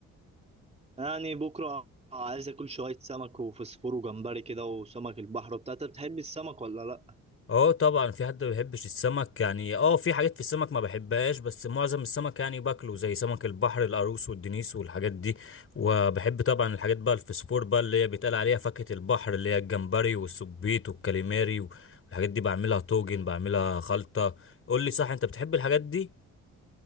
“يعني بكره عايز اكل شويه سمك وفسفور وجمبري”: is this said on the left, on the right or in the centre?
Right